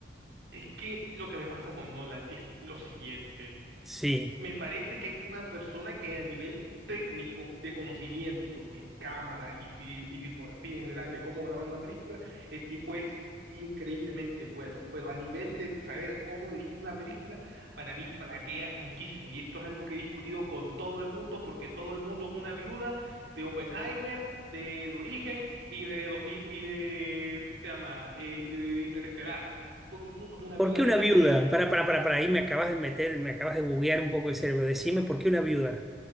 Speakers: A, on the right; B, in the centre.
A: Es que lo que me pasa con Nolan es lo siguiente.
B: sí.
A: Me parece que es una persona que a nivel técnico de conocimiento en cámaras y, fil- y filmografía en general de cómo grabar una película, el tipo es increíblemente bueno, pero a nivel de saber cómo dirigir una película, para mí flaquea muchísimo y esto es algo que he discutido con todo el mundo porque todo el mundo es una viuda de Oppenheimer, del Origen y de 2000 y de, ¿qué se llama? Eh, de Interestelar. Todo el mundo es una
B: ¿Por
A: viuda
B: qué
A: de
B: una
A: estas
B: viuda?
A: películas.
B: Para, para, para, para, ahí me acabas de meter, me acabas de buguear un poco el cerebro. Decime, ¿por qué una viuda?